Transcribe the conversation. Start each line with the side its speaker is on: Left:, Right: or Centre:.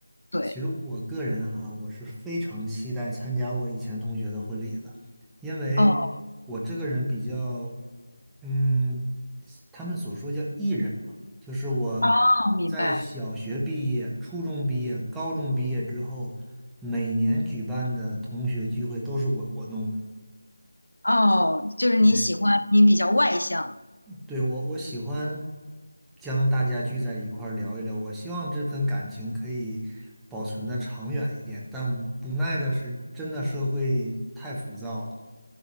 Left: 对，
Centre: 其实我个人哈，我是非常期待参加我以前同学的婚礼的，因为
Left: 哦
Centre: 我这个人比较，嗯，他们所说叫艺人嘛，就是我
Left: 哦，明白，
Centre: 在小学毕业、初中毕业、高中毕业之后，每年举办的同学聚会都是我我弄的，
Left: 哦，就是你喜欢你比较外向，
Centre: 对，对，我我喜欢将大家聚在一块儿聊一聊。我希望这份感情可以保存的长远一点，但无无奈的是，真的社会太浮躁了，